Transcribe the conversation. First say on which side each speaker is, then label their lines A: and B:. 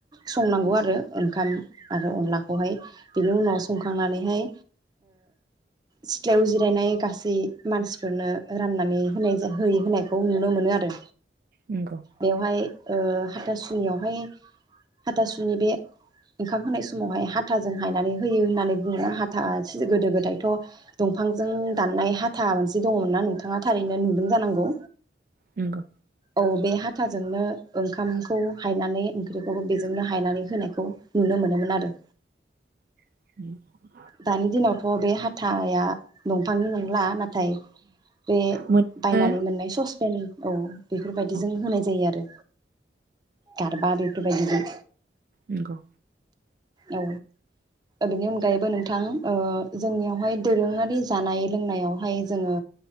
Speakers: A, on the right; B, on the right.
A: संनांगौ आरो ओंखाम आरो अनलाखौहाय बेनि उनाव संखांनानैहाय सिथ्लायाव जिरायनाय गासै मानसिफोरनो राननानै होनाय होयै होनायखौ नुनो मोनो आरो।
B: नंगौ
A: बेवहाय ओ हाथासुनियावहाय- हाथासुनि बे ओंखाम होनाय समावहाय हाथाजों हायनानै होयो होननानै बुङो हाथा गोदो गोदायथ' दंफांजों दाननाय हाथा मोनसे दङमोन नना नोंथाङा थारैनो नुदों जानांगौ।
B: नंगौ
A: औ बे हा थाजोंनो ओंखामखौ हायनानै ओंख्रिखौबो बे जोंनो हायनानै होनायखौ नुनो मोनोन आरो।
B: <inaudible>
A: दानि दिनावथ' बे हाथाया दंफांनि नंला नाथाय बे
B: मोनबो
A: बायनानै मोननाय ससपेन औ बेफोरबायदिजों
B: औ
A: होनाय जायो आरो गारबा बेफोरबायदिजों
B: नोंगौ
A: औ बेनि अनगायैबो नों थां ओ जोंनियावहाय दोरोङारि जानाय-लोंनायावहाय जोङो